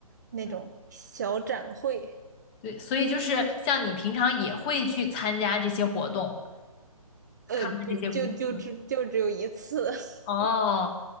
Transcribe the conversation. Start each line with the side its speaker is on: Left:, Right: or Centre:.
Right: 那种小展会。
Left: 嗯，对，所以就是像你平常也会去参加这些活动，
Right: 呃，
Left: 看看这些公司。
Right: 就就就只就只有一次，<laughs>
Left: 哦。